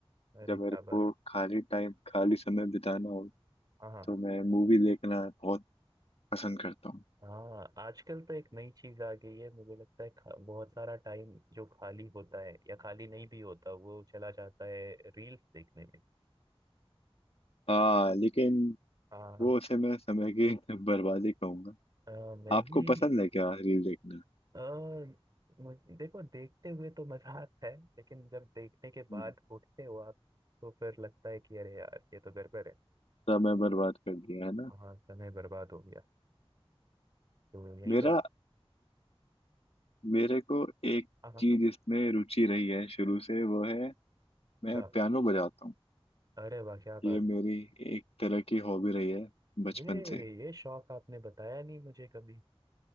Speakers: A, on the right; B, on the left.
A: अरे
B: जब
A: क्या
B: मेरे
A: बात
B: को
A: है
B: खाली टाइम खाली समय बिताना हो
A: हाँ हाँ
B: तो मैं मूवी देखना बहुत पसंद करता हूँ
A: हाँ आजकल तो एक नई चीज आ गई है मुझे लगता है खा, बहुत सारा टाइम जो खाली होता है या खाली नहीं भी होता वो चला जाता है रील्स देखने में
B: हाँ लेकिन
A: हाँ
B: वो उसे मैं समय की <laughs> बर्बादी कहूंगा
A: अ, मैं
B: आपको
A: भी
B: पसंद है क्या रील देखना
A: अ, मुझ- देखो देखते हुए तो मजा आता है लेकिन जब देखने के
B: हम्म,
A: बाद उठते हो आप तो फिर लगता है कि अरे यार ये तो गड़बड़ है
B: समय बर्बाद कर दिया है ना
A: हाँ समय बर्बाद हो गया तो यही
B: मेरा
A: बात
B: मेरे को एक
A: हाँ हाँ
B: चीज इसमें रुचि रही है शुरू से वो है मैं
A: अच्छा
B: पियानो बजाता हूँ
A: अरे वाह क्या
B: ये
A: बात
B: मेरी एक तरह की हॉबी रही है बचपन
A: ये
B: से
A: ये शौक आपने बताया नहीं मुझे कभी